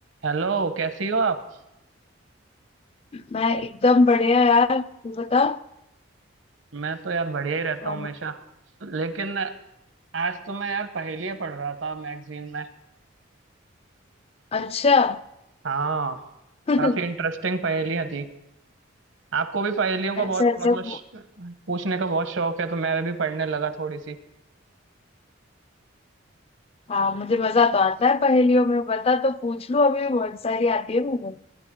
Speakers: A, on the right (about 70°); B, on the left (about 30°).
A: Hello कैसी हो आप
B: मैं एकदम बढ़िया यार तू बता
A: मैं तो यार बढ़िया ही रहता
B: अ,
A: हूँ हमेशा लेकिन आज तो मैं यार पहेलियाँ पढ़ रहा था मैगजीन में
B: अच्छा
A: हाँ
B: <laughs>
A: काफी इंटरेस्टिंग पहेलियाँ थी आपको भी पहेलियों का बहुत
B: अच्छा अच्छा
A: मतलब श-
B: पू-
A: पूछने का बहुत शौक है तो मैं भी पढ़ने लगा थोड़ी सी
B: हाँ मुझे मजा तो आता है पहेलियों में बता तो पूछ लूं अभी बहुत सारी आती है मुझे